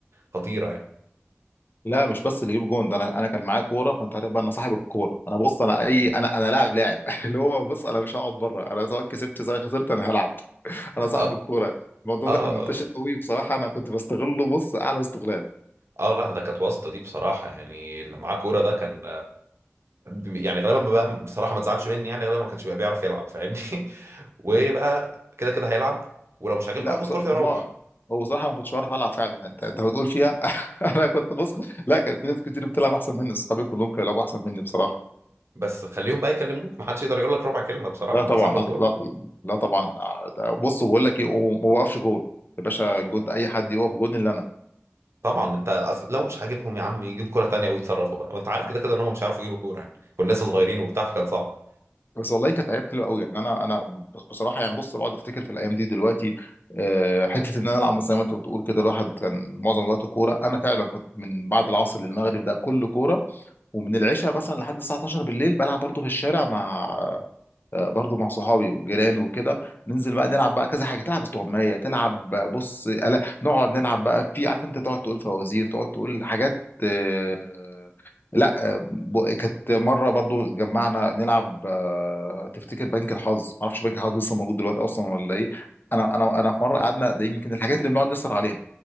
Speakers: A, on the right; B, on the left.
A: خطيره يعني
B: لا مش بس اللي يجيب جون ده انا انا كان معايا كوره فانت عارف بقى انا صاحب الكوره انا بص انا اي انا انا لاعب لاعب <laughs> اللي هو بص انا مش هقعد بره انا سواء كسبت سواء خسرت انا هلعب
A: اه
B: انا صاحب
A: اه
B: الكوره الموضوع
A: آه.
B: ده كان منتشر قوي بصراحه انا كنت بستغله بص اعلى استغلال
A: اه لا ده كانت واسطه دي بصراحه يعني اللي معاه كوره ده كان يعني غالبا ما بقى بصراحه ما تزعلش مني يعني غالبا ما كانش بيبقى بيعرف يلعب فاهمني <laughs> وبقى
B: آه.
A: كده كده هيلعب ولو مش عاجبك
B: لا
A: هاخد
B: بص
A: كورتي
B: ما
A: واروح
B: هو بصراحه ما كنتش بعرف العب فعلا انت انت بتقول فيها <laughs> انا كنت بص لا كان في ناس كتير بتلعب احسن مني اصحابي كلهم كانوا بيلعبوا احسن مني بصراحه
A: بس خليهم بقى يكلموك ما حدش يقدر يقول لك ربع كلمه بصراحه
B: لا طبعا
A: انت صاحب
B: لا
A: الكوره
B: لا, لا طبعا آه، ده- بص بقول لك ايه وما بوقفش جون يا باشا جون ده اي حد يقف جون الا انا
A: طبعا انت أصل لو مش عاجبهم يا عم يجيب كوره تانيه ويتصرفوا بقى وانت عارف
B: آه.
A: كده كده ان هم مش عارفوا يجيبوا كوره يعني كنا لسه صغيرين وبتاع فكان صعب
B: بس والله كانت ايام حلوه قوي يعني انا انا بصراحه يعني بص بقعد افتكر في الايام دي دلوقتي آه، حته ان انا العب مثلا زي ما انت بتقول كده الواحد كان معظم الوقت كوره انا فعلا كنت من بعد العصر للمغرب ده كله كوره ومن العشاء مثلا لحد الساعه 12 بالليل بلعب برضه في الشارع مع آه، برضو مع صحابي والجيران وكده ننزل بقى نلعب بقى كذا حاجه تلعب استغمايه تلعب آه، بص ألا نقعد نلعب بقى في عارف انت تقعد تقول فوازير تقعد تقول حاجات آه، لا آه، ب- كانت مره برضو اتجمعنا نلعب آه، تفتكر بنك الحظ ما اعرفش بنك الحظ لسه موجود دلوقتي اصلا ولا ايه انا انا انا في مره قعدنا ده يمكن الحاجات اللي بنقعد نسهر عليها